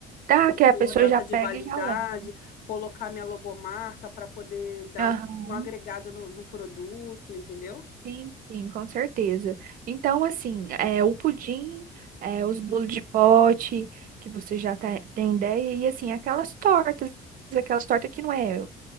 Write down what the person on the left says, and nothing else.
e
por
data
de
validade,
colocar minha logomarca para poder dar
um- uma agregada no, no produto, entendeu?